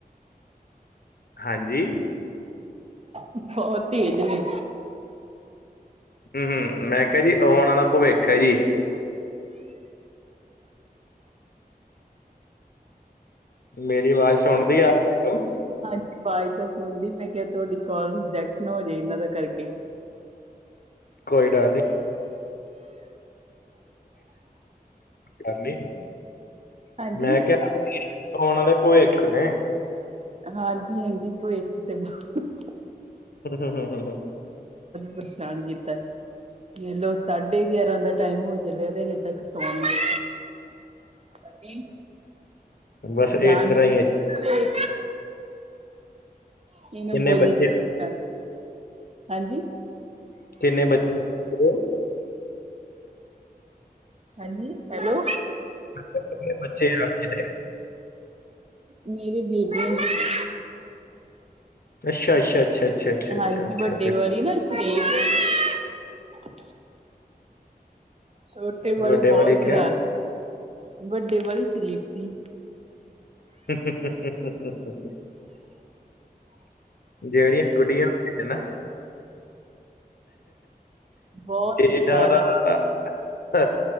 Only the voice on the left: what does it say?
ਹਾਂਜੀ।
ਹੂੰ- ਹੂੰ, ਮੈਂ ਕਿਹਾ ਜੀ ਆਉਣ ਵਾਲਾ ਭਵਿੱਖ ਹੈ ਜੀ। ਮੇਰੀ ਆਵਾਜ਼ ਸੁਣਦੀ ਤੈਨੂੰ।
ਕੋਈ ਡਰ ਨੀ। ਹਾਂਜੀ,
ਮੈਂ ਕਿਹਾ ਆਉਣ ਵਾਲੇ ਭਵਿੱਖ ਨੇ।
ਹੂੰ, ਹੂੰ, ਹੂੰ, ਹੂੰ, ਹੂੰ।
ਬਸ ਇਸ
ਤਰ੍ਹਾਂ
ਹੀ ਹੈ ਜੀ
ਕਿੰਨੇ
ਬੱਚੇ
ਕਿੰਨੇ ਬੱਚੇ। ਕਿੰਨੇ
ਮੈਂ ਕਿਹਾ ਕਿੰਨੇ ਬੱਚੇ ਆਪ ਜੀ ਦੇ।
ਅੱਛਾ -ਅੱਛਾ- ਅੱਛਾ। ਅੱਛਾ, ਅੱਛਾ,
ਅੱਛਾ
ਫਿਰ
ਵੱਡੇ
ਵਾਰੀ ਕਿਆ
ਹੂੰ -ਹੂੰ, ਹੂੰ -ਹੂੰ। ਜਿਹੜੀਆਂ ਗੁਡੀਆਂ ਹੁੰਦੀਆਂ ਨੇ ਨਾ।
ਇਹਦਾ
ਤਾਂ।